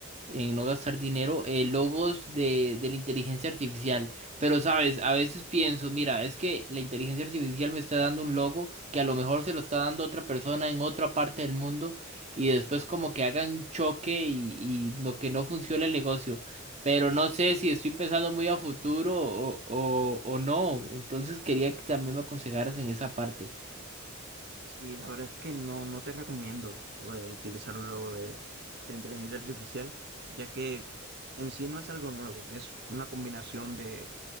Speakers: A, on the right; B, on the right.
A: en no gastar dinero, eh, logos de, de la inteligencia artificial. Pero, sabes, a veces pienso, mira, es que la inteligencia artificial me está dando un logo que a lo mejor se lo está dando otra persona en otra parte del mundo y después como que hagan choque y, y lo que no funciona el negocio. Pero no sé si estoy pensando muy a futuro o, o, o no. Entonces quería que también me aconsejaras en esa parte.
B: Sí, la verdad es que no, no te recomiendo eh, utilizar un logo de, de inteligencia artificial, ya que en sí no es algo nuevo, es una combinación de,